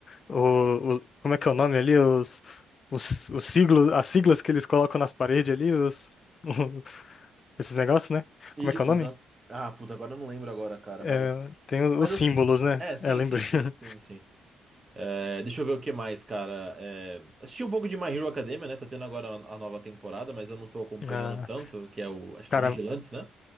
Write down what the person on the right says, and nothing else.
Isso,
exato. Ah, puta, agora eu não lembro agora, cara,
mas.
Mas
eu.
sei-
É, sim,
sim, sim,
sim, sim. É, deixa eu ver o que mais, cara. É, assisti um pouco de My Hero Academia, né? Tá tendo agora a a nova temporada, mas eu não tô acompanhando
tanto, que é o, acho
que Vigilantes, né?